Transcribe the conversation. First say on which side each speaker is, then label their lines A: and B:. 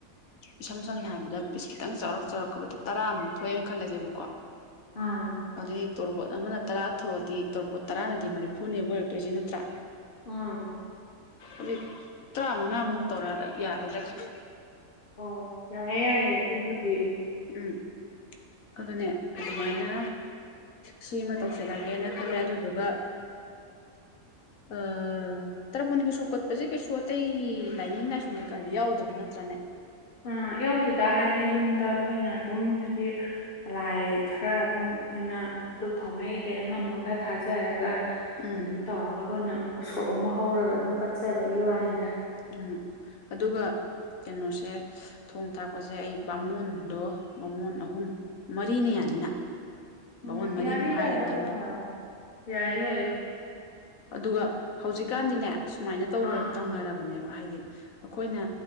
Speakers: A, on the left; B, on the left.
A: ꯏꯁꯝ ꯁꯝꯅ ꯍꯥꯏꯔꯕꯗ ꯄꯤꯁ ꯈꯤꯇꯪ ꯆꯥꯎꯔꯛ ꯆꯥꯎꯔꯛꯕꯗ ꯇꯔꯥꯃꯨꯛ ꯊꯣꯛꯑꯦꯅ ꯈꯜꯂꯁꯦꯕꯀꯣ
B: ꯑꯥ
A: ꯑꯗꯨ ꯍ ꯇꯣꯔꯕꯣꯠ ꯑꯃꯅ ꯇꯔꯥ ꯊꯣꯛꯑꯗꯤ ꯇꯣꯔꯕꯣꯠ ꯇꯔꯥꯅꯗꯤ ꯃꯔꯤꯐꯨꯅꯦꯕ ꯑꯣꯏꯔꯛꯇꯣꯏꯁꯤ ꯅꯠꯇ꯭ꯔꯥ
B: ꯎꯝ
A: ꯑꯝ ꯇꯔꯥꯃꯉꯥꯃꯨꯛ ꯇꯧꯔꯑꯗ ꯌꯥꯒꯗ꯭ꯔꯥ ꯈꯪꯗꯦ
B: ꯑꯣ ꯌꯥꯏꯌꯦ ꯌꯥꯏꯌꯦ ꯑꯗꯨꯕꯨꯗꯤ
A: ꯎꯝ ꯑꯗꯨꯅꯦ ꯑꯗꯨꯃꯥꯏꯅ ꯁꯤꯃ ꯇꯧꯁꯤꯜꯂꯒꯦꯅ ꯈꯜꯂꯦ ꯑꯗꯨꯗꯨꯒ
B: <unintelligible> <inaudible>
A: ꯑ ꯇꯔꯄꯣꯟꯒꯤ ꯎꯁꯣꯞ ꯀꯠꯄꯁꯦ ꯀꯩꯁꯨ ꯑꯇꯩ ꯂꯥꯏꯅꯤꯡ ꯂꯥꯏꯁꯣꯟ ꯀꯩꯀꯥꯗꯤ ꯌꯥꯎꯗꯕ ꯅꯠꯇ꯭ꯔꯅꯦ
B: ꯑ ꯌꯧꯗꯦꯗ ꯍꯥꯏꯗꯤ ꯌꯨꯝꯗ ꯑꯩꯈꯣꯏꯅ ꯑꯗꯨꯝ ꯍꯥꯏꯗꯤ ꯂꯥꯏ ꯈꯔ ꯑꯗꯨꯝ ꯑꯩꯈꯣꯏꯅ ꯗꯨꯛ ꯊꯥꯎꯃꯩ ꯀꯩ ꯑꯉꯝꯕ ꯈꯔ ꯊꯥꯖꯔꯒ
A: ꯎꯝ
B: ꯑꯗꯨꯝ ꯇꯧꯔꯒ ꯑꯩꯈꯣꯏꯅ ꯎꯁꯣꯞ ꯑꯃ ꯍꯧꯔꯒ ꯑꯗꯨꯝ ꯀꯠꯆꯕꯒꯤ ꯋꯥꯅꯤꯗ
A: ꯎꯝ ꯑꯗꯨꯒ ꯀꯩꯅꯣꯁꯦ ꯊꯣꯡ ꯊꯥꯛꯄꯁꯦ ꯑꯩ ꯕꯥꯃꯣꯟꯗꯣ ꯕꯥꯃꯣꯟ ꯑꯍꯨꯝ ꯃꯔꯤꯅ ꯌꯥꯅꯤꯅ
B: ꯎꯝ
A: ꯕꯥꯃꯣꯟ
B: ꯌꯥꯅꯤ
A: ꯃꯔꯤꯃꯨꯛ ꯍꯥꯏꯔꯒꯦ
B: ꯗꯗꯣ
A: ꯈꯟꯕ
B: ꯑ ꯌꯥꯏ ꯌꯥꯏ
A: ꯑꯗꯨꯒ ꯍꯧꯖꯤꯛꯀꯥꯟꯗꯤꯅꯦ ꯁꯨꯃꯥꯏꯅꯧ
B: ꯑꯥ
A: ꯇꯧꯅꯔꯕꯅꯦꯕ ꯍꯥꯏꯗꯤ ꯑꯩꯈꯣꯏꯅ